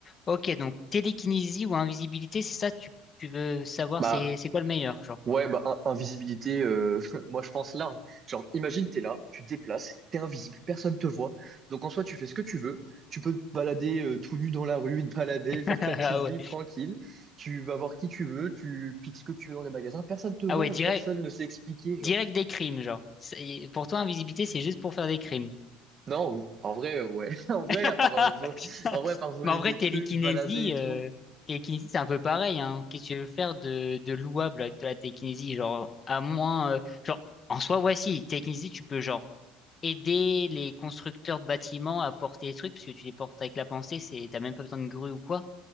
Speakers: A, on the left (about 30°); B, on the right (about 35°).
A: Ok, donc télékinésie ou invisibilité, c'est ça, tu, tu veux savoir
B: Bah
A: c'est c'est quoi le meilleur, genre.
B: ouais, bah in- invisibilité, euh, <laughs> moi je pense large. Genre, imagine t'es là, tu te déplaces, t'es invisible, personne te voit. Donc en soi, tu fais ce que tu veux. Tu peux te balader euh, tout nu dans la rue, te balader,
A: <laughs>
B: <laughs> faire ta petite
A: Ah
B: vie
A: ouais.
B: tranquille. Tu vas voir qui tu veux, tu piques ce que tu veux dans les magasins, personne te voit,
A: Ah ouais, direct,
B: personne ne sait expliquer,
A: direct
B: genre.
A: des crimes, genre. C'est- Pour toi, invisibilité, c'est juste pour faire des crimes.
B: Non, en vrai, euh, ouais. <laughs> En vrai,
A: <laughs>
B: à part, euh, vo- en vrai, à part voler
A: Mais en vrai,
B: des
A: télékinésie,
B: trucs, se balader et
A: euh,
B: tout.
A: télékinésie, c'est un peu pareil, hein. Qu'est-ce que tu veux faire de, de louable avec de la télékinésie, genre, à moins, euh, genre, en soi, ouais, si, télékinésie, tu peux, genre, aider les constructeurs de bâtiments à porter des trucs, parce que tu les portes avec la pensée, c'est, t'as même pas besoin de grue ou quoi.